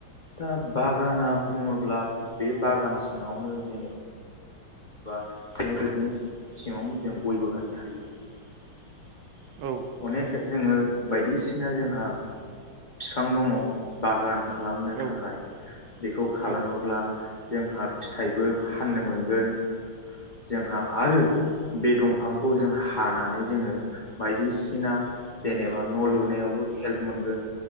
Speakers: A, on the left; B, on the right.
A: दा बागाना बुङोब्ला बे बागान सिङावनो जेनेबा एबा <unintelligible> नि सिङावनो जों गयबो गायनो हायो
B: औ
A: अनेक जोङो बायदिसिना जोंहा बिफां दङ बागान खालामनो
B: औ
A: थाखाय बेखौ खालामोब्ला
B: औ
A: जोंहा फिथाइबो फाननो मोनगोन जोंहा आरो बे दंफांखौ जों हानानै जोङो बायदिसिना जेनेबा न' लुनायावबो हेल्प मोनगोन